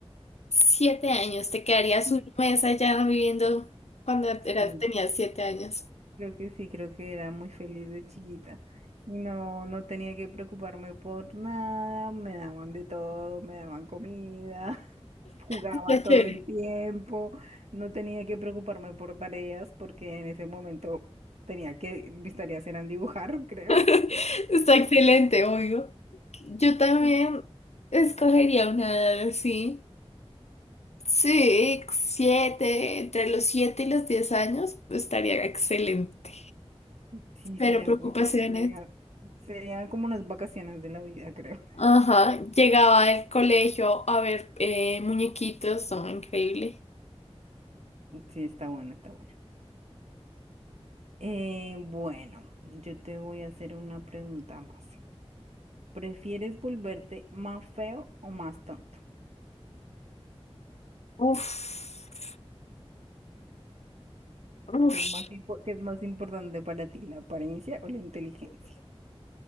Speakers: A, on the left; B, on the right.
A: Siete años, te quedarías
B: Mm.
A: un mes allá viviendo cuando eras,
B: Sí,
A: tenías siete años.
B: Creo que sí, creo que era muy feliz de chiquita. Y no, no tenía que preocuparme por nada, me daban de todo, me daban comida, <laughs> jugaba
A: Está
B: todo
A: chévere.
B: el tiempo, no tenía que preocuparme por tareas porque en ese momento tenía que, mis tareas eran dibujar, <laughs> creo.
A: <laughs> Está excelente, obvio. Yo también escogería una edad así. Sí, siete, entre los siete y los diez años, estaría excelente.
B: Sí,
A: Pero
B: serían
A: preocupaciones.
B: como, sería, serían como unas vacaciones de la vida, creo.
A: Ajá, llegaba al colegio a ver eh, muñequitos, son increíble.
B: Sí, está bueno, está bueno. Eh, bueno, yo te voy a hacer una pregunta más. ¿Prefieres volverte más feo o más tonto?
A: Uf, uf.
B: ¿Qué es más, impo- qué es más importante para ti, la apariencia o la inteligencia?